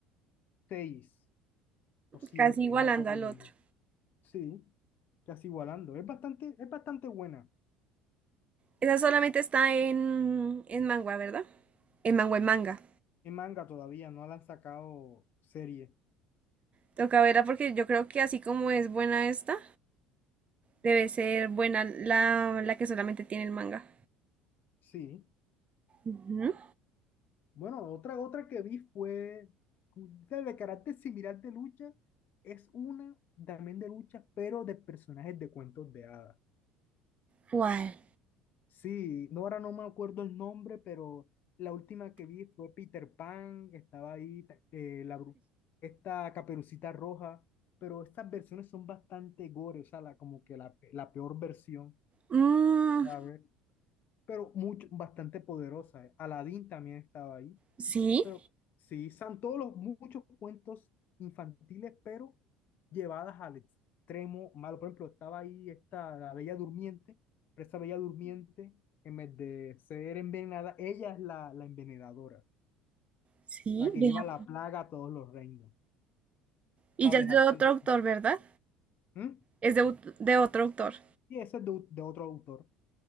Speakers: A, on the left; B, on the right.
A: seis o siete,
B: Casi igualando
A: no me acuerdo
B: al
A: muy
B: otro.
A: bien. Sí, casi igualando. Es bastante, es bastante buena.
B: Esa solamente está en, en manga, ¿verdad? En manga, en manga.
A: En manga todavía, no la han sacado serie.
B: Toca verla porque yo creo que así como es buena esta, debe ser buena la, la que solamente tiene el manga.
A: Sí.
B: Ujú.
A: Bueno, otra, otra que vi fue de, de carácter similar de lucha. Es una también de lucha, pero de personajes de cuentos de hadas.
B: ¿Cuál?
A: Sí, no, ahora no me acuerdo el nombre, pero la última que vi fue Peter Pan, estaba ahí ta- eh, la, bru- esta Caperucita Roja, pero estas versiones son bastante gore, o sea, la, como que la, pe- la peor versión,
B: Mm,
A: a ver, pero mucho, bastante poderosa. eh. Aladdin también estaba ahí.
B: sí,
A: Pero sí, son todos los muchos cuentos infantiles, pero llevadas al extremo malo. Por ejemplo, estaba ahí esta, la Bella Durmiente, pero esa Bella Durmiente, en vez de ser envenenada, ella es la, la envenenadora,
B: sí,
A: la que
B: vea.
A: lleva la plaga a todos los reinos,
B: Y
A: para
B: ya es
A: dejártela
B: de otro
A: así.
B: autor, ¿verdad?
A: ¿Mm?
B: Es de, ut- de otro autor.
A: Y ese es de, de otro autor.